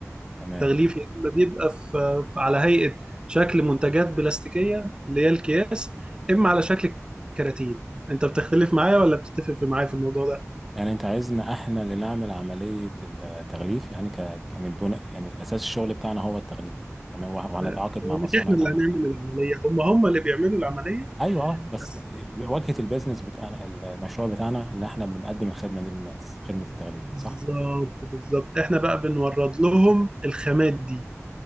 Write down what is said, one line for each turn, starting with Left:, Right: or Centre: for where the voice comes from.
Centre: تمام
Right: التغليف يا اما بيبقى في في- على هيئه شكل منتجات بلاستيكيه اللي هي الكياس اما على شكل كراتين انت بتختلف معايا ولا بتتفق في- معايا في الموضوع ده
Centre: يعني انت عايزنا احنا اللي نعمل عملية التغليف يعني ك يعني بناء يعني اساس الشغل بتاعنا هو التغليف تمام وه- وهنتعاقد
Right: لا، هو
Centre: مع مصانع
Right: مش احنا
Centre: تعمل
Right: اللي هنعمل
Centre: الكلام ده
Right: العمليه هم هم اللي بيعملوا العمليه
Centre: ايوه اه بس
Right: بس
Centre: واجهة البيزنس بتاعنا المشروع بتاعنا ان احنا بنقدم الخدمة دي للناس خدمة التغليف
Right: بالظبط
Centre: صح
Right: بالظبط احنا بقى بنورد لهم الخامات دي